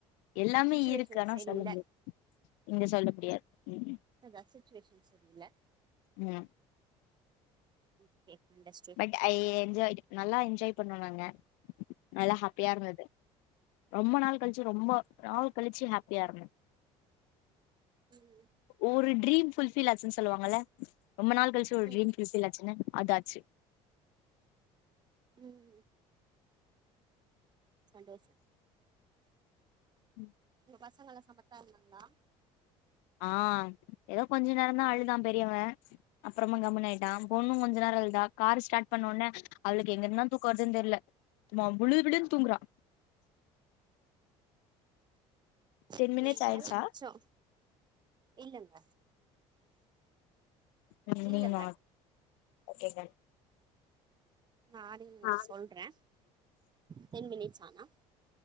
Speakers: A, on the left; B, on the right.
A: எல்லாமே
B: சுச்சுவேஷன்
A: இருக்கு ஆனா
B: சரியில்ல
A: சொல்ல முடியாத் இங்க சொல்ல முடியாத் ம்
B: அ ரசட்ரேஷன் சரியில்ல
A: ம்
B: okay understood
A: but I enjoyed நல்லா என்ஜாய் பண்ணோ நாங்க நல்லா ஹாப்பியா இருந்தது ரொம்ப நாள் கழிச்சு ரொம்ப நாள் கழிச்சு ஹாப்பியா இருந்தே
B: ம்
A: ஒரு ட்ரீம் ஃபுல்ஃபில் ஆச்சுன் சொல்லுவாங்கள ரொம்ப நாள் கழிச்சு ஒரு
B: ம்
A: ட்ரீம்பில் ஃபுல்ஃபில் ஆச்சுனு அது ஆச்சு
B: ம் சந்தோசோ
A: ம்
B: பசங்கள சமத்தா இருந்தாங்களா
A: ஆ எதோ கொஞ்ச நேரந்தா அழுதா பெரியவே அப்புறமா கம்முனு ஆய்ட்டா பொண்ணு கொஞ்ச நேர அழுதா கார ஸ்டாட் பண்ண ஒன்ன அவளுக்கு எங்கருந்தா தூக்க வர்துன் தெர்ல சும்மா விழு விழுன் தூங்குறா
B: உங்களுக்கு
A: டென் மினிட்ஸ்
B: வேல
A: ஆயிடுச்சா
B: மிச்சோ இல்லங்க
A: <unintelligible>
B: இல்லங்க
A: ஓகேங்க
B: நானே
A: ஆ
B: சொல்றே டென் மினிட்ஸ் ஆனா